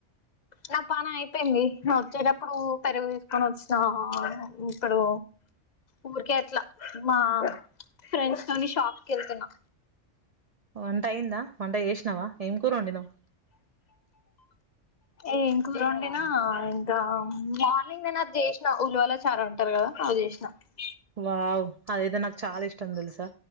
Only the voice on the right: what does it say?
వంట అయి్యందా వంట చేసినవా ఏం కూర వండినావ్
వావ్ అదయితే నాకు చాల ఇష్టం తెలుసా